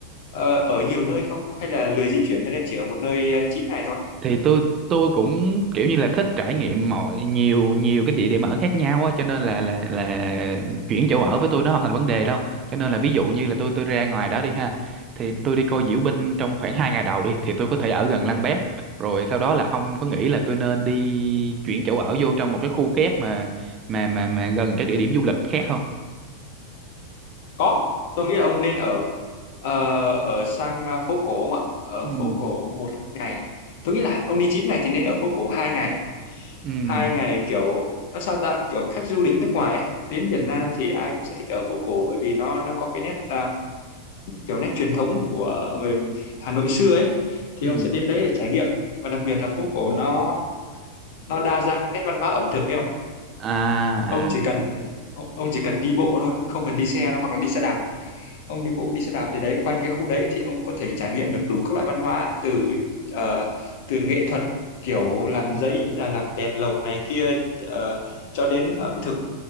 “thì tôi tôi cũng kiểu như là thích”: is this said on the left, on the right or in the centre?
Right